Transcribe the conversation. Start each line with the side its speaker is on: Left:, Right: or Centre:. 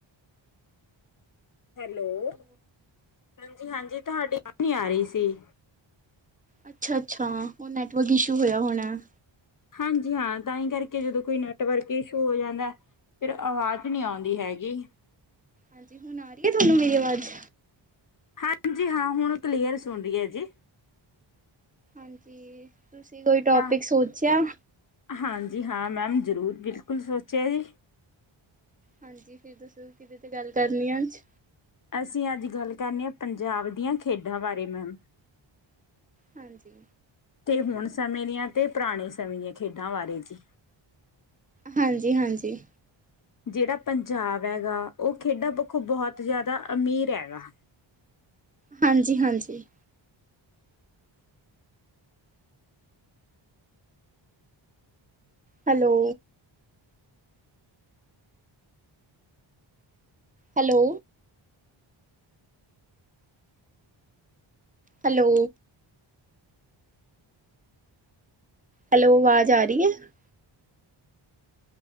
Left: ਹੈਲੋ, ਹਾਂਜੀ-ਹਾਂਜੀ ਤੁਹਾਡੀ ਅਵਾਜ ਨੀ ਆ ਰਹੀ ਸੀ।
Right: ਅੱਛਾ-ਅੱਛਾ, ਉਹ ਨੈਟਵਰਕ ਇਸ਼ੂ ਹੋਇਆ ਹੋਣਾ ਏ।
Left: ਹਾਂਜੀ ਹਾਂ, ਤਾਂ ਹੀ ਕਰਕੇ ਜਦੋਂ ਕੋਈ ਨੈਟਵਰਕ ਇਸ਼ੂ ਹੋ ਜਾਂਦਾ ਹੈ ਫਿਰ ਆਵਾਜ਼ ਨਹੀਂ ਆਉਂਦੀ ਹੈਗੀ।
Right: ਹਾਂਜੀ, ਹੁਣ ਆ ਰਹੀ ਹੈ ਤੁਹਾਨੂੰ ਮੇਰੀ ਆਵਾਜ਼।
Left: ਹਾਂਜੀ, ਹਾਂ ਹੁਣ ਕਲੀਅਰ ਸੁਣ ਰਹੀ ਹੈ ਜੀ।
Right: ਹਾਂਜੀ। ਤੁਸੀਂ ਕੋਈ ਟੋਪਿਕ
Left: ਤਾਂ
Right: ਸੋਚਿਆ?
Left: ਹਾਂਜੀ ਹਾਂ ਮੈਮ ਜ਼ਰੂਰ ਬਿਲਕੁਲ ਸੋਚਿਆ ਜੀ।
Right: ਹਾਂਜੀ, ਫਿਰ ਤੁੱਸੀ ਕਿਦੇ ਤੇ ਗੱਲ ਕਰਨੀ ਐ ਅੱਜ।
Left: ਅਸੀਂ ਅੱਜ ਗੱਲ ਕਰਨੀ ਹੈ ਪੰਜਾਬ ਦੀਆਂ ਖੇਡਾਂ ਬਾਰੇ ਮੈਮ
Right: ਹਾਂਜੀ।
Left: ਤੇ ਹੁਣ ਸਮੇਂ ਦੀਆਂ ਤੇ ਪੁਰਾਣੇ ਸਮੇਂ ਦੀਆਂ ਖੇਡਾਂ ਬਾਰੇ ਜੀ।
Right: ਹਾਂਜੀ-ਹਾਂਜੀ।
Left: ਜਿਹੜਾ ਪੰਜਾਬ ਹੈਗਾ ਉਹ ਖੇਡਾਂ ਪੱਖੋਂ ਬਹੁਤ ਜ਼ਿਆਦਾ ਅਮੀਰ ਹੈਗਾ। <inaudible>
Right: ਹਾਂਜੀ-ਹਾਂਜੀ। ਹੈਲੋ। ਹੈਲੋ। ਹੈਲੋ। ਹੈਲੋ, ਆਵਾਜ਼ ਆ ਰਹੀ ਹੈ।